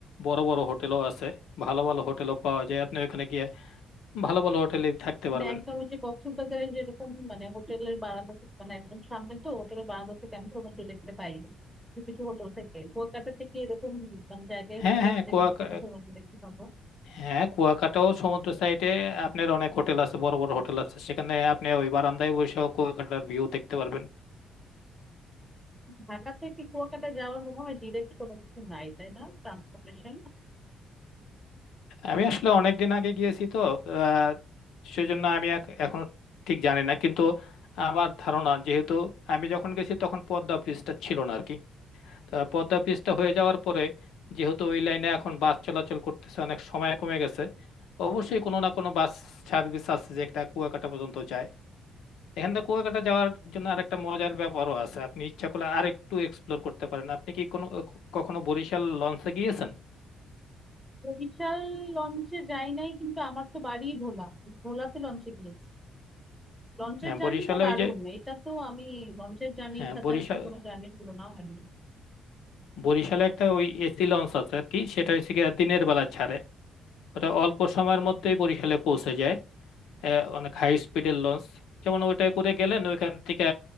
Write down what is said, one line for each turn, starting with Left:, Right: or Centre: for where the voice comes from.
Left: বড় বড় হোটেলও আছে ভালো ভালো হোটেলও পাওয়া যায় আপনি ওখানে গিয়ে ভালো ভালো হোটেলে থাকতে
Centre: মানে
Left: পারবেন
Centre: একদম ওই যে কক্সবাজারে যেরকম মানে হোটেলের বারান্দা থেকে মানে একদম সামনে তো হোটেলের বারান্দা থেকে আমি সমুদ্র দেখতে পাই কিছু কিছু হোটেল থেকে কুয়াকাটাতে কি এরকম মানে জায়গায়
Left: হ্যাঁ
Centre: হোটেল
Left: হ্যাঁ
Centre: আছে যেখান
Left: কুয়াকা
Centre: থেকে আমি সমুদ্র দেখতে পাবো
Left: হ্যাঁ কুয়াকাটাও সমুদ্র সাইডে আপনার অনেক হোটেল আছে বড় বড় হোটেল আছে সেখানে আপনি ওই বারান্দায় বসেও কুয়াকাটার ভিউ দেখতে পারবেন
Centre: ঢাকা থেকে কুয়াকাটা যাওয়ার মনে হয় ডিরেক্ট কোনো কিছু নাই তাই না ট্রান্সপোর্টেশন
Left: আমি আসলে অনেক দিন আগে গিয়েছি তো আহ সেজন্য আমি এখ- এখনো ঠিক জানি না কিন্তু আমার ধারণা যেহেতু আমি যখন গেছি তখন পদ্মা ব্রিজটা ছিল না আর কি তা পদ্মা ব্রিজটা হয়ে যাওয়ার পরে যেহেতু ওই লাইনে এখন বাস চলাচল করতেছে অনেক সময় কমে গেছে অবশ্যই কোনো না কোনো বাস সার্ভিস আছে যে একটা কুয়াকাটা পর্যন্ত যায় এখান থেকে কুয়াকাটা যাওয়ার জন্য আরেকটা মজার ব্যাপারও আছে আপনি ইচ্ছা করলে আরেকটু এক্সপ্লোর করতে পারেন আপনি কি কোনো কখনো বরিশাল লঞ্চে গিয়েছেন
Centre: বরিশাল লঞ্চে যাই নাই কিন্তু আমার তো বাড়ি ভোলা আমি ভোলাতে লঞ্চে গিয়েছি লঞ্চের
Left: হ্যাঁ
Centre: জার্নিটা
Left: বরিশালে
Centre: দারুণ
Left: ওই যে
Centre: এটা তো আমি লঞ্চের জার্নির
Left: হ্যাঁ
Centre: সাথে
Left: বরিশাল
Centre: আসলে কোনো জার্নির তুলনা হয় না।
Left: বরিশালে একটা ওই এসি লঞ্চ আছে আর কি সেটা হচ্ছে গিয়ে দিনের বেলা ছাড়ে ওটা অল্প সময়ের মধ্যেই বরিশালে পৌঁছে যায় আহ, অনেক হাই স্পিডের লঞ্চ যেমন ওইটা করে গেলেন ওইখান থেকে